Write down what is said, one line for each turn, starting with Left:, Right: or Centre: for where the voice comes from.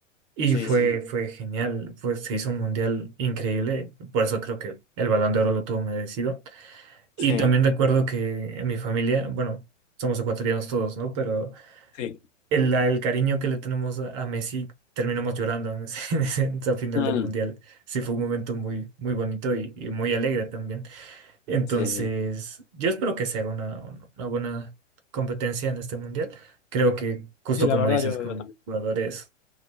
Right: Y
Left: sí,
Right: fue,
Left: sí,
Right: fue genial, fue, se hizo un Mundial increíble, por eso creo que el Balón de Oro lo tuvo merecido. Y
Left: sí,
Right: también recuerdo que en mi familia, bueno, somos ecuatorianos todos, ¿no? Pero
Left: sí.
Right: el, el cariño que le tenemos a, a Messi, terminamos llorando en ese- <laughs> en ese- en esa final
Left: Mm,
Right: del Mundial. Sí, fue un momento muy, muy bonito y, y muy alegre también. Entonces,
Left: sí, sí.
Right: yo espero que sea una, una buena competencia en este Mundial. Creo que, justo
Left: Sí, la
Right: como
Left: verdad
Right: dices,
Left: yo,
Right: con
Left: yo también.
Right: jugadores